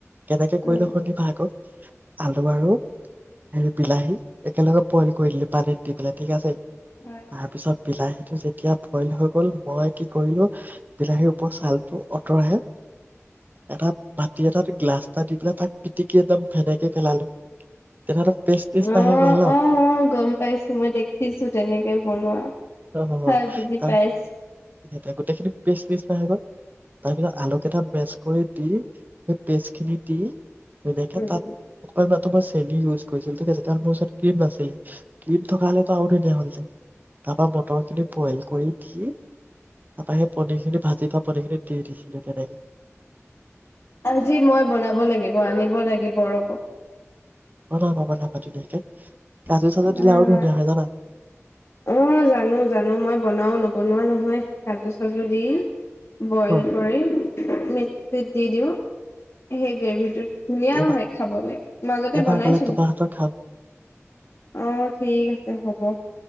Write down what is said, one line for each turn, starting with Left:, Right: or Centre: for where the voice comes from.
Right: কেনেকে কৰিলো
Left: উম
Right: শুনিবা আকৌ আলু আৰু হেৰি বিলাহী একেলগে বইল কৰি দিলো পানীত দি পেলাই ঠিক আছে তাৰপিছত
Left: হয়।
Right: বিলাহীটো যেতিয়া বইল হৈ গ'ল মই কি কৰিলোঁ বিলাহীৰ ওপৰত ছালটো আঁতৰাই এটা বাটি এটাত গ্লাছ এটা দি পেলাই তাক পিটিকি একদম ফেনেকে পেলালো তেনেহ'লে পেষ্ট নিচিনা
Left: অ
Right: হৈ গ'ল ন
Left: অ অ গম পাইছো মই দেখিছো তেনেকে বনোৱা
Right: অ, অ,
Left: খাই
Right: অ।
Left: বুজি
Right: তাৰ
Left: পাইছো
Right: সেই গোটেইখিনি পেষ্ট নিচিনা হৈ গ'ল তাৰ পিছত আলু কেইটা মেচ কৰি দি সেই পেষ্ট খিনি দি তেনেকে
Left: উম।
Right: তাত অকমান মাত্ৰ মই চেনী ইউজ কৰিছিলো ঠিক আছে কাৰণ মোৰ ওচৰত ক্ৰীম নাছিল ক্ৰীম থকা হ'লে তো আৰু দিয়া হ'ল যে তাৰপা মতৰ খিনি বইল কৰি দি তাপৰা সেই পনিৰ খিনি ভাজি থোৱা পনীৰ খিনি দি দি <unintelligible>
Left: আজি মই বনাব লাগিব আনিব লাগিব ৰ
Right: হ বনাবা ধুনীয়াকে কাজু
Left: অ'।
Right: চাজু দিলে আৰু ধুনীয়া হয় জানা
Left: অ জানো জানো মই বনাও নবনোৱা নহয় কাজু চাজু দি বইল
Right: অ
Left: কৰি মিক্সিত দি দিওঁ সেই গ্ৰেভিটোত ধুনীয়া
Right: এবাৰ
Left: হয় খাবলৈ মাজতে
Right: এবাৰ
Left: বনাইছো
Right: গ'লে তোমাৰ হাতৰ খাম
Left: অ ঠিক আছে হ'ব